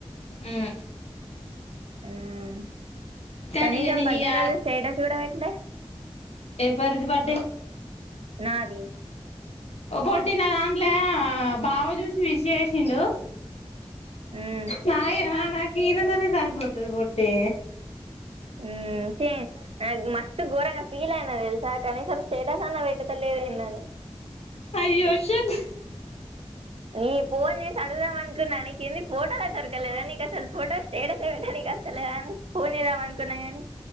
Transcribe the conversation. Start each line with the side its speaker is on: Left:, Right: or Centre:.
Left: ఉమ్
Right: ఉమ్
Left: కానీ
Right: కనీసం
Left: ఇగ నేను
Right: బర్డే
Left: ఇగ
Right: రోజు స్టేటస్ కూడా పేట లే
Left: ఏవరిది బర్డే
Right: నాది
Left: ఓ పొట్టి నా దాంట్లో బావ చూసి నీకు చేసిండు
Right: అమ్
Left: నా నాక ఇనతోనే సరిపోతది బుట్టి
Right: ఉమ్ స నాకు మస్తు ఘోరంగా ఫీల్ అయిన తెలుసా కనీసం స్టేటస్ అన్నా పెడతేలేద ఏందని
Left: అయ్యో షట్
Right: నీ ఫోన్ చేసి అడుగుదాం అనుకున్నా నీకు ఏంది ఫోటోలే దొరకలేదా నీకు అసలు ఫోటో స్టేటస్ టనికి అస్తలేద అని ఫోన్ చేద్దామ అనుకున్నా కానీ